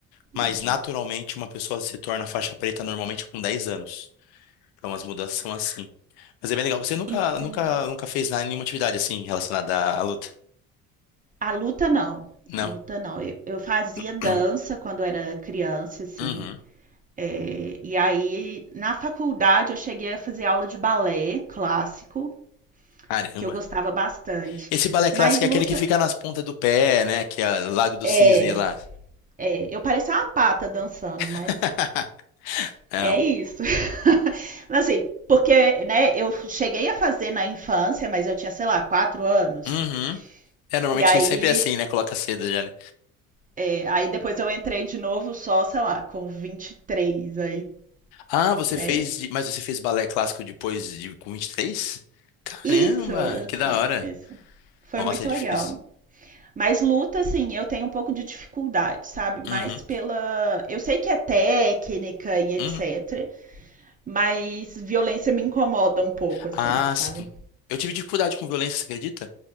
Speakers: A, on the left; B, on the right.
A: mas
B: uhum.
A: naturalmente uma pessoa se torna faixa preta normalmente com 10 anos. Então as mudanças são assim. Mas é bem legal. Você nunca,
B: Entendi.
A: nunca, nunca fez nada, nenhuma atividade assim relacionada à luta?
B: A luta não.
A: Não?
B: A luta não. Eu, eu fazia
A: <clears throat>
B: dança quando era criança, assim.
A: Uhum.
B: É, e aí, na faculdade, eu cheguei a fazer aula de balé clássico,
A: Caramba.
B: que eu gostava bastante.
A: Esse balé clássico
B: Mas luta.
A: é aquele que fica nas pontas do pé, né? Que é o Lago do
B: É,
A: Cisne lá.
B: é, eu parecia uma pata dançando,
A: <laughs>
B: mas
A: Não.
B: é isso. <laughs> Mas, Assim, porque, né, eu cheguei a fazer na infância, mas eu tinha, sei lá, quatro anos.
A: Uhum. É, normalmente
B: E aí,
A: sempre é assim, né? Coloca cedo já, né?
B: é, aí depois eu entrei de novo só, sei lá, com 23 aí,
A: Ah, você
B: né?
A: fez. de- Mas você fez balé clássico depois de com 23? Caramba,
B: Isso, isso,
A: que da hora.
B: isso. Foi
A: Nossa,
B: muito
A: é difícil.
B: legal, Mas luta, assim, eu tenho um pouco de dificuldade, sabe? Mais
A: Uhum.
B: pela. Eu sei que é técnica e etc.
A: Uhum.
B: Mas violência me incomoda um pouco, assim,
A: Ah, sim.
B: sabe?
A: Eu tive dificuldade com violência, você acredita?